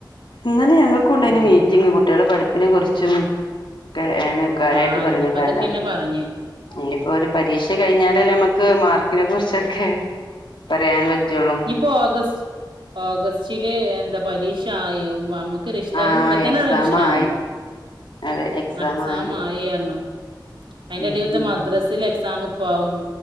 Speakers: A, on the left; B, on the right.
A: ഇന്നലെ ഞങ്ങൾക്കും ഉണ്ടായിന്
B: ഉം
A: മീറ്റിംങ്ങ് കുട്ടികളെ പഠിപ്പിനെ കുറിച്ചും റ്റെ ഏണ് കാര്യായിട്ട്
B: ആ
A: പറയണെ
B: ഇന്നിപ്പോ
A: കാരണം
B: അതൊക്കെന്നെ പറഞ്ഞ്
A: ഇനിപ്പോ ഒരു പരീക്ഷ കഴിഞ്ഞാലല്ലേ നമുക്ക് മാർക്കിനെ കുറിച്ചൊക്കെ പറയാൻ പറ്റുള്ളൂ
B: ഇപ്പോ ഓഗസ് ഓഗസ്റ്റില് എന്താ പരീക്ഷ ആയോ നമുക്ക് ക്ക് രക്ഷിതാക്കക്ക്
A: ആഹ്
B: ഇപ്പ തന്നെ
A: എക്സാം
B: ടെൻഷൻ ആകണ്ട്
A: ആയി അതെ
B: എക്സാം
A: ആയി
B: ആയിര്ന്നു അയ്ന്റെ
A: ഉം
B: എടെല് ദാ
A: ഉം
B: മദ്രസിൽ എക്സാം ഇപ്പൊ ആകും